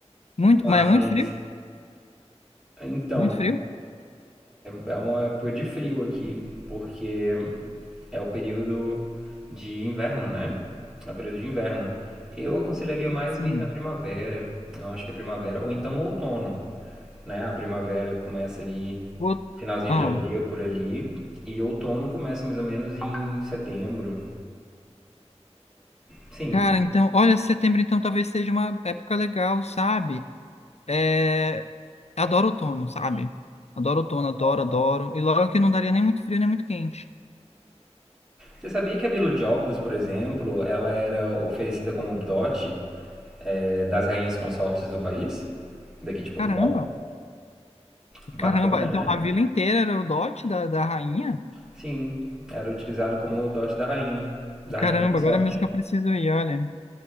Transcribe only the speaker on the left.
Muito,
mas é muito frio?
Muito frio?
Sim.
Vou...
ó.
Cara, então, olha, setembro então talvez seja uma época legal, sabe? É, adoro outono, sabe? Adoro outono, adoro, adoro. E logo que não daria nem muito frio, nem muito quente.
Caramba,
caramba. Então,
a vila inteira era o dote da, da rainha?
Caramba,
agora é mesmo que eu preciso ir, olha.